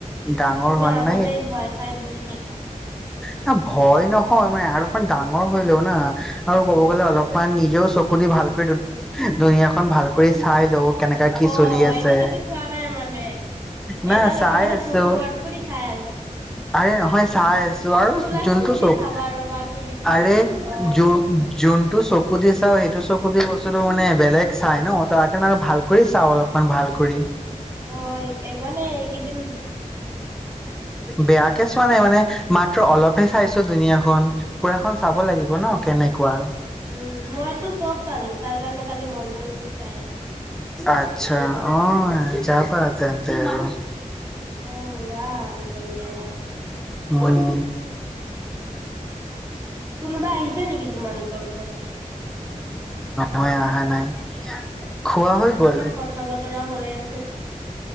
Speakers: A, in the centre; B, on the right.
A: ডাঙৰ
B: তুমি
A: হ নে
B: আগতে
A: নাই
B: ভয় খাই বহি থাকা
A: আৰু ভয় নহয় মান আৰু অকমান ডাঙৰ হৈলও না আৰু ক'ব গ'লে অলপমান নিজেও চকু দি ভালক দুুনীয়াখনন ভাল কৰি চাই লও কেনেকা কি
B: অ
A: চলি আছে
B: এতিয়ালৈকে চোৱা নাই মানে
A: না
B: এতিয়ালৈকে
A: চাই
B: মানে
A: আছো
B: চকু বন্ধ কৰি চাই আ
A: আৰে নহয় চাই আছো আৰু
B: খোলা
A: যোনটো
B: চকু দি
A: চক
B: চাবা ৰবা কেইদিনমান
A: আৰে
B: পিছত অ
A: য যোনটো চকু দি চাও সেইটো চকু গেই বস্তুটো মানে বেলেগ চাই ন তাৰ কাৰণে আৰু ভাল কৰি চাওঁ অলপমান ভাল কৰি
B: অ এ মানে এই কেইদিন
A: বেয়াকে চোৱা নাই মানে মাত্ৰ অলপহে চাইছো দুুনীয়া খন পুৰাখন চাব লাগিব ন কেনেকুৱা
B: উম মইতো চব চালো তাৰ কাৰণে কালি ম ফিছাই আহ
A: আচ্ছা অ য পা তেন্ত আৰু
B: উম গা আট দে
A: ম নি
B: কোনোবা আহিছা নেকি তোমালোকৰ ঘৰত
A: হৈ অহা নাই খোৱা হৈ গল
B: ইমান কথা বতৰা হৈ আছে।